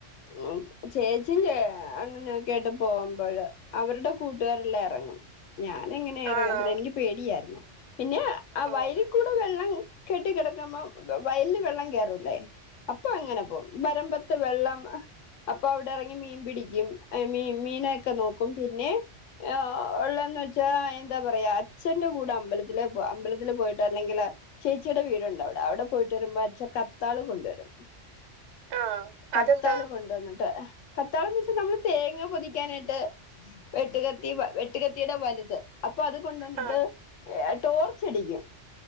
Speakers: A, on the left; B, on the right.
A: ഉം ചേച്ചും അണ്ണനൊക്കെ ആയിട്ട് പോകുമ്പോഴ അവരുടെ കൂട്ടുകാരെല്ലാം ഇറങ്ങും ഞാന് എങ്ങനെ ഇറങ്ങത്തില്ല
B: ആണോ
A: എനിക്ക് പേടിയായിരുന്നു പിന്നെ ആഹ്
B: ഉം
A: വയലിൽ കൂടെ വെള്ളം കെട്ടി കിടക്കുമ്പ വയല്ല് വെള്ളം കയറൂല്ലേ അപ്പൊ എങ്ങനെ പോകും വരമ്പത്ത് വെള്ളം അപ്പൊ അവിടെ ഇറങ്ങി മീൻ പിടിക്കും മീ മീനൊക്കെ നോക്കും പിന്നെ ആഹ് ഉള്ളന്ന് വെച്ചാ എന്താ പറയാ അച്ഛന്റെ കൂടെ അമ്പലത്തില അമ്പലത്തില് പോയിട്ട് അല്ലെങ്കില് ചേച്ചിയുടെ വീടുണ്ട് അവിടെ അവിടെ പോയിട്ട് വരുമ്പോ അച്ചൻ കത്താള് കൊണ്ടുവരും
B: ആ
A: കത്താള്
B: അതെന്താ?
A: കൊണ്ടുവന്നിട്ട് കത്താളംന്ന് വെച്ചാൽ നമ്മള് തേങ്ങ പൊതിക്കാനായിട്ട് വെട്ടുകത്തി വെട്ടുകത്തിയുടെ വലുത് അപ്പൊ അത് കൊണ്ട് വന്നിട്ട്
B: ആ
A: ടോർച്ച് അടിക്കും